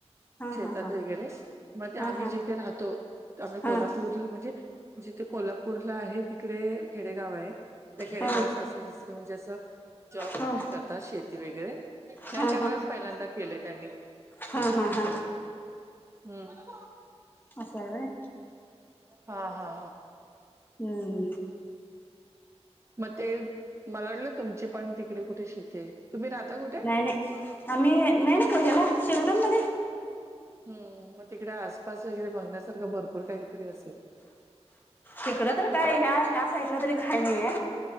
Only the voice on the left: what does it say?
हा
हा हा
हा
हा
हा
हा
हा हा
हा
हा हा हा
असंय व्हय.
हूं हं
नाय नाय आम्ही नाय ना का झाला शिरडनमध्ये
तिकडं तर काय ह्या ह्या साइडला तरी काय नाहीय